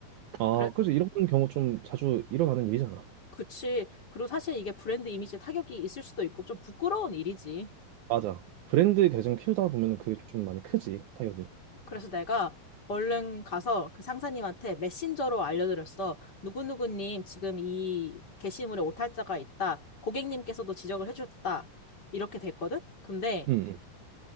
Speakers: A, on the right; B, on the left.
A: 아,
B: 그래,
A: 그치. 이런 경우 좀 자주 일어나는 일이잖아.
B: 그치. 그리고 사실 이게 브랜드 이미지에 타격이 있을 수도 있고 좀 부끄러운 일이지.
A: 맞아. 브랜드 계정 키우다 보면은 그게 좀 많이 크지, 타격이.
B: 그래서 내가 얼른 가서 그 상사님한테 메신저로 알려드렸어. 누구누구님 지금 이 게시물에 오탈자가 있다. 고객님께서도 지적을 해주셨다. 이렇게 됐거든? 근데
A: 응.